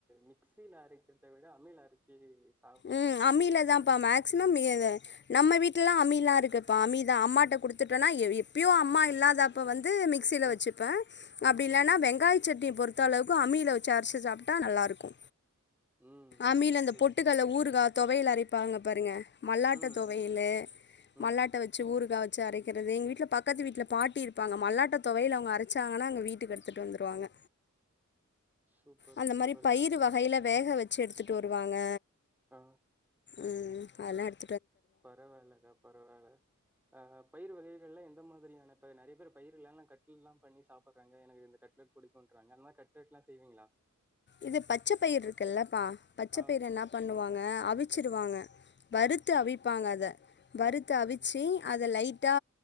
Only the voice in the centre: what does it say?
மிக்சில அரைக்கிறத விட அம்மில அரச்சு சா
ம்,
ம்,
ம்,
ம்,
ம், ம்.
சூப்பர்.
ம்,
ம், ம்.
சூப்பர்,
சூப்பர்க்கா.
ஆ
பரவால்லக்கா பரவால்ல ஆ பயிர் வகைகள்லாம் எந்த மாதிரியான பயிர் நெறைய பேர் பயிர்கள்லாம் கட்லல்லாம் பண்ணி சாப்டுறாங்க எனக்கு இந்த கட்லட் புடிக்குன்றாங்க அந்த மாரி கட்லட்லா செய்வீங்களா
ஆ,
ஆ,
ஆ.